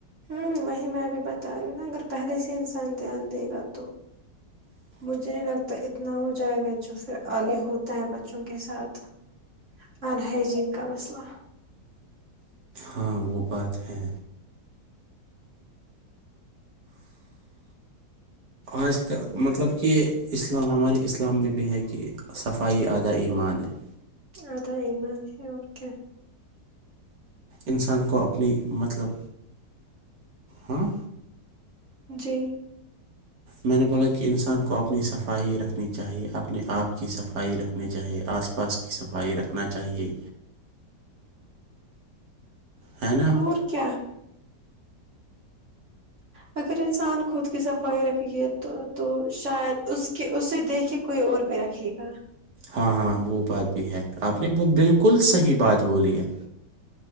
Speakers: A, on the right; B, on the right.
A: ہوں وہی میں بھی بتا رہی نا اگر پہلے سے انسان دھیان دے گا تو مجھے نہیں لگتا اتنا ہو جائے گا جو پھر آگے ہوتا ہے بچوں کے ساتھ آنائی جین کا وسلام
B: ہاں وہ بات ہے آج کل مطلب کہ اسلام ہمارے اسلام میں بھی ہے کہ صفائی آدھا ایمان ہے
A: ادا یہ مار اورک
B: انسان کو اپنی مطلب ہاں
A: جی
B: میں نے بولا کہ انسان کو اپنی صفائی رکھنی چاہیے اپنے آپ کی صفائی رکھنی چاہیے آس پاس کی صفائی رکھنا چاہیے ہے نا
A: اور کیا کیا اگر انسان خود کی صفائی رکھے گے تو تو شاید اس کے اسے دیکھے کوئی اور پہ رکھیے گا
B: ہاں ہاں وہ بات بھی ہے آپ نے وہ بالکل صحیح بات بولی ہے